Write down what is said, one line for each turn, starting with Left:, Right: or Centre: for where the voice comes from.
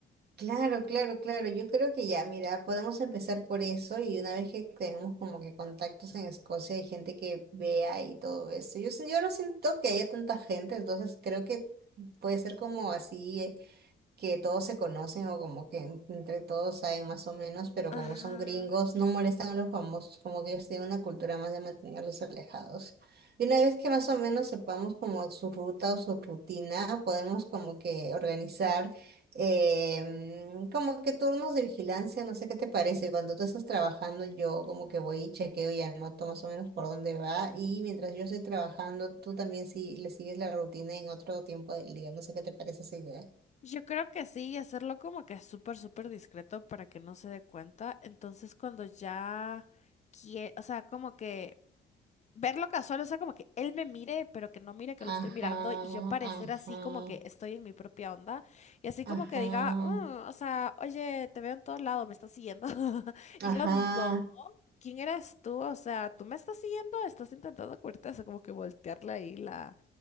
Right: Claro, claro, claro. Yo creo que ya, mira, podemos empezar por eso y una vez que tenemos como que contactos en Escocia, hay gente que vea y todo eso. Yo, sé- yo no siento que haya tanta gente, entonces creo que puede ser como así. eh, que todos se conocen o como que en- entre todos saben más o menos, pero
Left: Ajá.
Right: como son gringos, no molestan a los famosos, como que ellos tienen una cultura más de mantenerlos alejados. Y una vez que más
Left: sí,
Right: o menos sepamos como su ruta o su rutina, podemos como que organizar em, como que turnos de vigilancia, no sé qué te parece. Cuando tú estás trabajando, yo
Left: ujú,
Right: como que voy y chequeo y anoto más o menos por dónde va. Y mientras yo estoy
Left: sí.
Right: trabajando, tú también si le sigues la rutina en otro tiempo del día. No sé qué te parece esa idea.
Left: Yo creo que sí, y hacerlo como que súper, súper discreto para que no se dé cuenta. Entonces, cuando ya quiere, o sea, como que verlo casual, o sea, como que él me mire, pero que no mire que
Right: Ajá,
Left: lo estoy mirando y yo parecer
Right: ajá,
Left: así como que estoy en mi propia onda y así
Right: ajá,
Left: como que diga, "Mm, o sea, oye, te veo en todos lados, me estás siguiendo. <laughs>
Right: ajá,
Left: Y yo, no, ¿quién eres tú? O sea, tú me estás siguiendo, estás intentando cubrirte, o sea, como que voltearle ahí la,